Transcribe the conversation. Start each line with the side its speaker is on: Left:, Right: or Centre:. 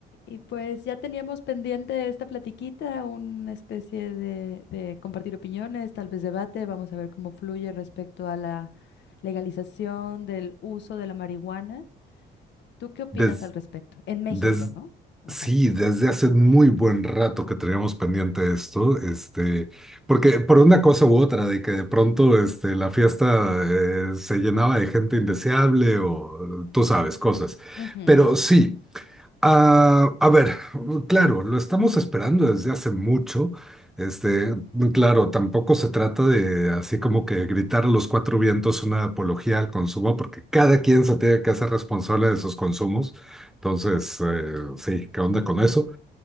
Left: Y pues ya teníamos pendiente esta platiquita, una especie de, de compartir opiniones, tal vez debate. Vamos a ver cómo fluye respecto a la legalización del uso de la marihuana. ¿Tú qué opinas
Centre: Des,
Left: al respecto? En México,
Centre: des-
Left: ¿no? Aparte.
Centre: sí, desde hace muy buen rato que teníamos pendiente esto, este, porque por una cosa u otra, de que de pronto este, la fiesta eh, se llenaba de gente indeseable o tú sabes, cosas.
Left: Ujú,
Centre: Pero sí, Ah, a ver, claro, lo estamos esperando desde hace mucho. Este, claro, tampoco se trata de así como que gritar a los cuatro vientos una apología al consumo, porque cada quien se tiene que hacer responsable de sus consumos. Entonces, eh, sí, ¿qué onda con eso?